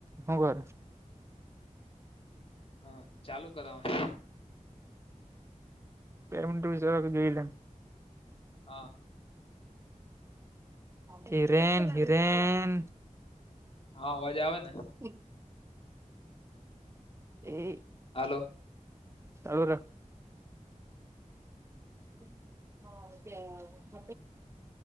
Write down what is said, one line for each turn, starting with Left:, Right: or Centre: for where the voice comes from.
Right: હું કરે
Left: હા ચાલુ કરાવા
Right: પેમન્ટ વિસે જરાક જોઈલે
Left: હા
Right: હિરેન હિરેન
Left: હા અવાજ આવે ને
Right: હમ એ
Left: હાલો
Right: ચાલુ રાખ <inaudible> હ